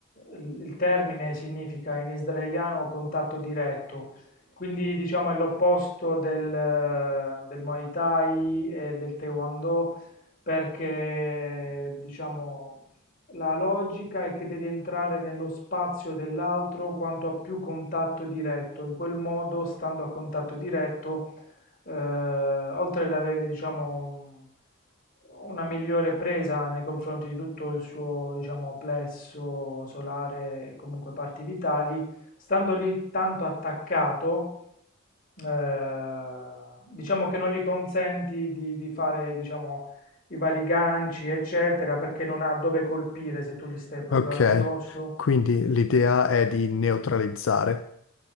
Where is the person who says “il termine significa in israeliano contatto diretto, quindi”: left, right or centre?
Left